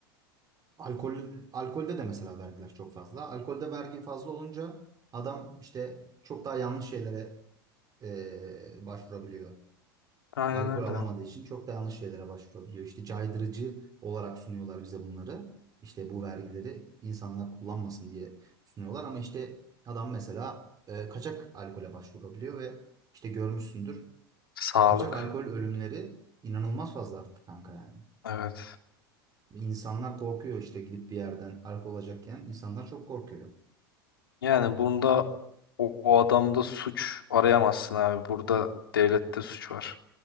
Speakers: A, on the right (about 30°); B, on the left (about 80°).
A: alkol alkolde de mesela vergiler çok fazla. Alkolde vergi fazla olunca adam işte çok daha yanlış şeylere e, başvurabiliyor.
B: Aynen
A: alkol
B: öyle.
A: alamadığı için çok da yanlış şeylere başvurabiliyor. İşte caydırıcı olarak sunuyorlar bize bunları. İşte bu vergileri insanlar kullanmasın diye sunuyorlar ama işte adam mesela e, kaçak alkole başvurabiliyor ve işte görmüşsündür.
B: Sağlık.
A: Kaçak alkol ölümleri inanılmaz fazla arttı kanka yani.
B: Evet.
A: İnsanlar korkuyor işte gidip bir yerden alkol alacakken insanlar çok korkuyor.
B: Yani bunda o, o adamda suç arayamazsın abi. Burada devlette suç var.